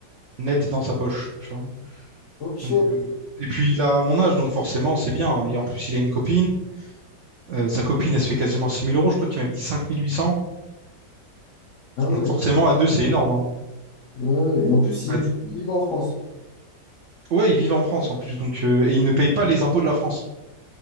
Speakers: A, on the right; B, on the left.
A: net dans sa poche tu vois
B: Ok.
A: Donc, euh, et puis il a mon âge, donc forcément, c'est bien. Et en plus, il a une copine. Euh, sa copine, elle se fait quasiment 6000 euros. Je crois qu'il m'avait dit 5800.
B: Ah
A: Donc
B: ouais.
A: forcément, à deux, c'est énorme. hein.
B: Ouais, Et en plus, ils,
A: À
B: du
A: deux-
B: coup, ils vivent en France.
A: Ouais, ils vivent en France en plus. Donc, euh, et ils ne payent pas les impôts de la France.